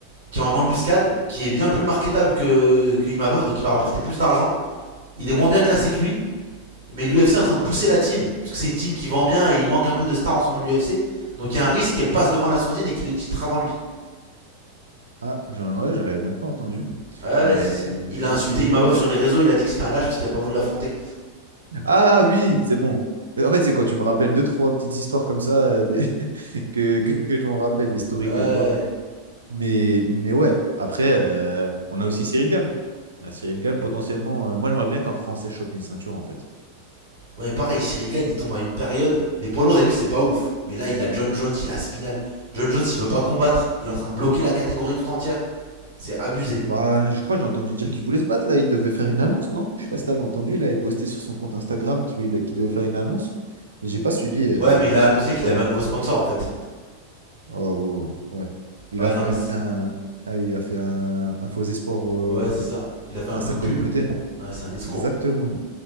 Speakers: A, on the right (about 55°); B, on the right (about 70°).
A: qui est en embuscade, qui est bien plus marketable que, que Imavov, donc il va rapporter plus d'argent. Il est moins bien classé que lui, Mais l'UFC est en train de pousser la team, parce que c'est une team qui vend bien et il manque un peu de stars en ce moment l'UFC. Donc il y a un risque qu'elle passe devant la sourdine et qu'il ait le titre avant lui.
B: Ah, j'en ouais, j'avais même pas entendu.
A: Ouais, ouais,
B: Mais,
A: si, si. Il
B: mais,
A: a insulté
B: mais, mais
A: Imavov
B: ouais.
A: sur les réseaux, il a dit que c'était un lâche parce qu'il a pas voulu l'affronter.
B: Ah oui, c'est bon. En fait, c'est quand tu me rappelles deux, trois petites histoires comme ça euh, des- <laughs> que, que, que je m'en rappelle, des stories
A: Ouais. Ouais,
B: que je vois. Mais, mais ouais, après, euh, on a aussi Cyril Gann. On a Cyril Gann potentiellement. euh, moi, j'aimerais bien qu'un Français chope une ceinture, en fait.
A: Ouais, pareil, Cyril Gane, il tombe à une période. Les poids lourds, d'habitude, c'est pas ouf. Mais là, il a John Jones, il a Aspinal. John Jones, il veut pas combattre. Il est en train de bloquer la catégorie tout entière. C'est abusé.
B: Bah, je crois que j'ai entendu dire qu'il voulait se battre là. Il devait faire une annonce, non? Je sais pas si t'avais entendu. Là, il postait sur son compte Instagram qu'il voulait- qu'il devait faire une annonce. Mais j'ai pas suivi. euh,
A: Ouais, mais il a annoncé
B: c'était
A: qu'il
B: quoi
A: avait
B: l'annonce?
A: un nouveau sponsor, en fait.
B: Oh, oh, oh, ouais. Il
A: Ouais,
B: a fait
A: non, mais.
B: un, un- ah, il a fait un, un faux espoir euh,
A: Ouais, c'est ça. Il a fait un
B: à
A: coup
B: sa
A: de
B: communauté.
A: pub. Ouais, c'est un escroc.
B: Exactement.